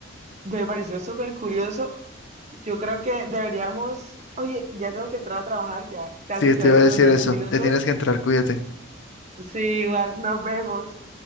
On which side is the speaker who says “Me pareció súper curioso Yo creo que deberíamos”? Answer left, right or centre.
Right